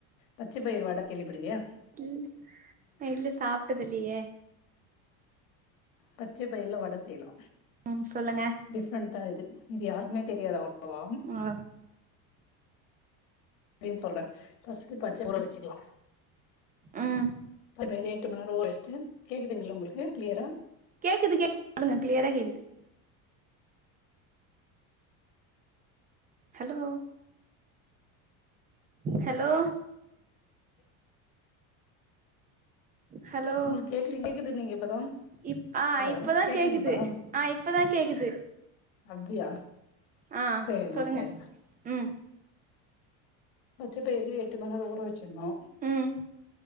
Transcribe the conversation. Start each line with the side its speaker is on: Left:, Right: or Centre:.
Left: பச்சபயிரு வட கேள்விபட்ருக்கியா
Right: இல் அ இல்ல சாப்ட்டதில்லயே
Left: பச்சே பயிர்ல வட செய்லா
Right: ம் சொல்லுங்க
Left: டிஃப்ரெண்டா இது இது யாருக்குமே தெரியாது அவ் ளவா
Right: ஆ
Left: எப்டின் சொல்ற ஃபர்ஸ்ட்டு பச்ச ஊற வச்சிக்கலா
Right: ம்
Left: அது ரேட்டு மண்ணர் ஊற வெஸ்டு கேக்குதுங்களா உங்களுக்கு கிளியரா
Right: கேக்குது கே சொல்லுங்க கிளியரா கேக்குது ஹலோ ஹலோ ஹலோ
Left: உங்களுக் கேக்குலீங் கேக்குது நீங்க இப்பதா
Right: இப் அ
Left: ஹலோ
Right: இப்பதா
Left: கேக்குதுங்களா
Right: கேக்குது அ இப்பதா கேக்குது
Left: அப்டியா
Right: ஆ
Left: சேரிமா
Right: சொல்லுங்க
Left: சேரிமா
Right: ம்
Left: பச்ச பயிரு எட்டு மண்நேரோ ஊற வச்சின்னோ
Right: ம்